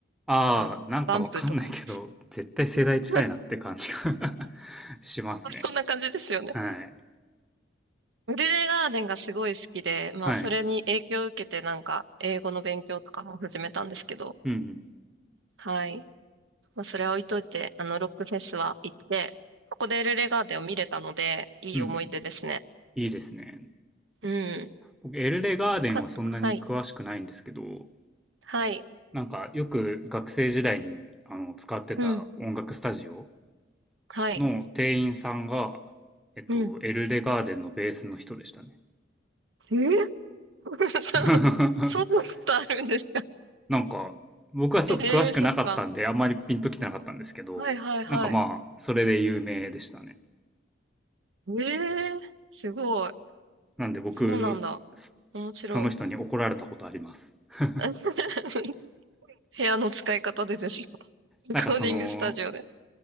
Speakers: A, in the centre; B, on the right.
A: ああ、
B: あの、
A: なんかわかんないけど、
B: バンプとか。
A: 絶対世代近いなって感じが
B: <laughs>
A: <laughs> しますね。
B: そんな感じですよね。
A: はい。
B: エルレガーデンがすごい好きで、まあ、
A: はい。
B: それに影響を受けて、なんか、英語の勉強とかも始めたんですけど、
A: うんうん。
B: はい。まあ、それは置いといて、あの、ロックフェスは行って、ここでエルレガーデンを見れたので、いい思い出ですね。
A: うんうん。いいですね。
B: うん。
A: 僕、エルレガーデンはそんなに詳しくないんですけど、
B: かはい。はい。
A: なんかよく学生時代にあの使ってた音楽スタジオ
B: うん。はい。
A: の店員さんが、えっと、
B: うん。
A: エルレガーデンのベースの人でしたね。
B: えー <laughs>
A: <laughs>
B: そんなことあるんですか
A: なんか、僕はちょっと詳しくなかったんで、
B: え <laughs> えー、そっか。
A: あんまりピンときてなかったんですけど、
B: はいはいはい。
A: なんかまあ、それで有名でしたね。
B: ええーすごい。
A: なんで僕、
B: そうなんだ。
A: そ
B: 面白い。
A: その人に怒られたことあります。<laughs>
B: <laughs> 部屋の使い方でですかレコーディングスタジオで。
A: なんかその、